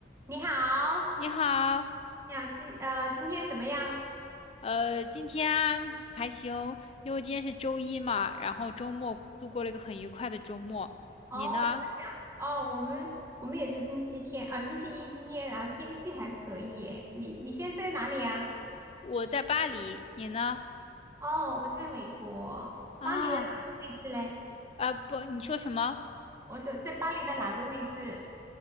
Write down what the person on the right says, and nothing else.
你好
你好，今呃今天怎么样？
哦，
怎么讲？哦，我们我们也是星期天啊，星期一今天，然后天气还可以耶你你现在在哪里呀？
哦，我在美国，
巴黎的哪个位置嘞？
我说在巴黎的哪个位置？